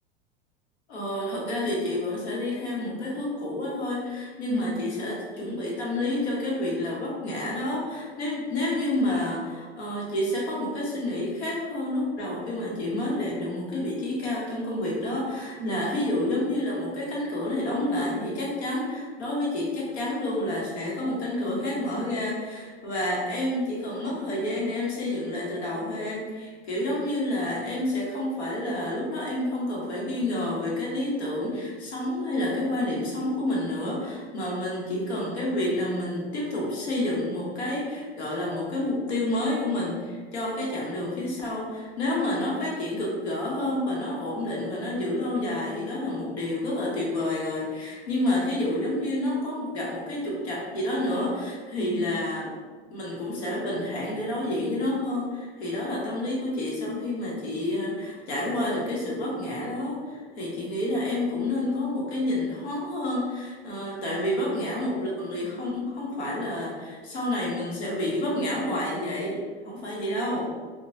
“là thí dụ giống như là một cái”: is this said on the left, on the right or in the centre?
Left